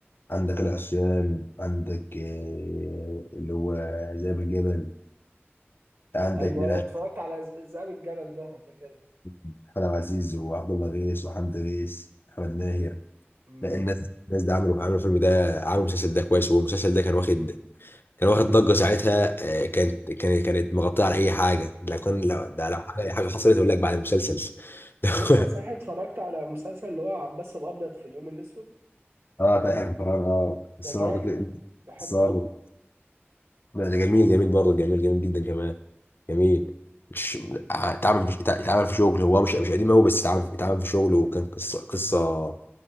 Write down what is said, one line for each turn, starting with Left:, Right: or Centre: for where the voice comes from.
Left: عندك العصيان عندك آه، اللي هو ذئب الجبل عندك
Right: ايوه
Left: لنا
Right: ايوه اتفرجت على ز- ذئاب الجبل ده قبل كده
Left: احمد عبد العزيز وعبد الله غيث وحمد غيث احمد ماهر
Right: امم
Left: لا الناس الناس ده عملوا عملوا الفيلم ده عملوا المسلسل ده كويس والمسلسل ده كان واخد كان واخد ضجة ساعتها آه، كانت كانت كانت مغطية على أي حاجة لو كان لو ده لو حاجة حاجة حصلت أقول لك بعد المسلسل <laughs>
Right: طب انت صحيح اتفرجت على مسلسل اللي هو عباس الابيض في اليوم الاسود
Left: اه ده اخر قرار اه بس
Right: ده
Left: برضه
Right: جامد بحبه
Left: بس برضه
Right: قوي
Left: لا ده جميل جميل برضه جميل جميل جدا كمان جميل مش اتعمل في اتعمل في شغل هو مش مش قديم قوي بس اتعمل اتعمل في شغل وكان قصة قصة